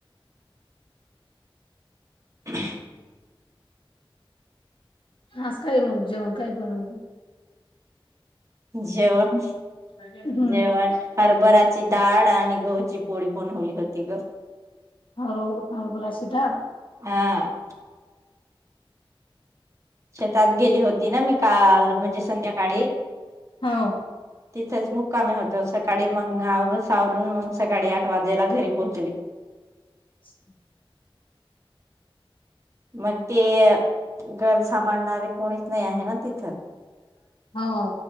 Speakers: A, on the right; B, on the left.
A: ह
B: हस काय मग जेवण काय बनव
A: जेवण
B: <inaudible>
A: जेवण हरभराची डाळ आणि गवची पोळी बनवली होती ग
B: हो ह गुराशी द
A: ह शेतात गेली होती ना मी काल म्हणजे संध्याकाळी
B: हो
A: तिथेच मुक्कामे होत सकाळी मंग सावरून मग सकाळी आठ वाजेला घरी पोहोचली
B: हम्
A: मग ते घर सांभाळणारे कोणीच नाही आहे ना तिथं
B: हा